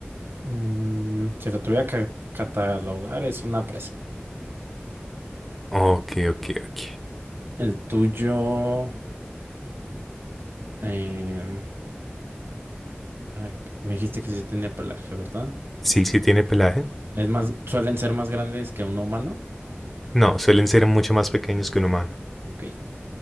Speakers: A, on the right; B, in the centre.
A: Mm, si lo tuviera que catalogar, es una presa.
B: Ok, ok, ok.
A: El tuyo, em, a me dijiste que sí tenía pelaje, ¿verdad?
B: Sí, sí tiene pelaje.
A: Es más, suelen ser más grandes que un humano.
B: No, suelen ser mucho más pequeños que un humano.
A: Ok.